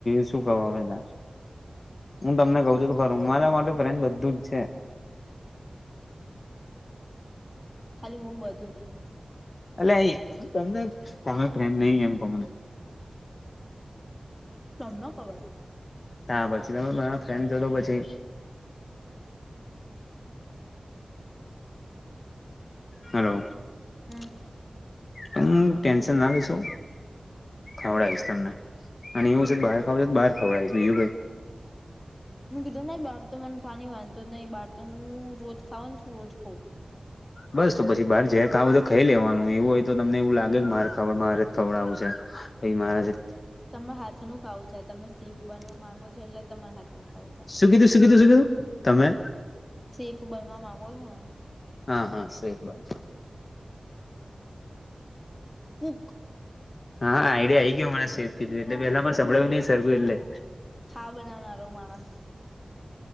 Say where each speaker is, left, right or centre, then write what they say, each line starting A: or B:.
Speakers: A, on the left; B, on the left.
A: શું કરવા હા. હું તમને કઉ છું તો ખરૂ મારા માટે ફ્રેન બધું જ છે.
B: ખાલી હું બધું નહી.
A: એટલે અ તમને તમે પ્રેમ નહી એમ કો મને?
B: તમને ખબર.
A: તા પછી તમે મારા ફ્રેન્ડ જો તો પછી. હાલો
B: હમ
A: હ ટેન્શન ના લઈસુ. ખવડાવીશ તમને અને એવું છે બહાર ખાવડ તો બહાર ખવડાવીશ બીજું કાંઈ?
B: હું કીધું બહાર તો મને ખાની વાંધો જ નહી બહાર તો હું રોજ ખાઉ ને રોજ ખઉ.
A: બસ તો પછી બહાર જ ખાવું તો ખાઈ લેવાનું એવું હોય તો તમને એવું લાગે કે મારે ખડ મારે જ ખવડાવું છે. ભાઈ મહારાજ
B: તમાર હાથ નું ખાવું જાય તમે સીફ બનવા માંગો છો એટલે તમાર હાથનું ખાવું છે.
A: શું કીધું, શું કીધું, શું કીધું, તમે?
B: સેફ બનવા માંગો છો ને?
A: હા હા સેફ બંધ.
B: કુક
A: હા આઈડિયા આઈ ગયો મને <unintelligible> કીધું એટલે પેલા મારે સંભળાવ્યું નઈ સરખું એટલે.
B: હાવ બનાવનારો માણસ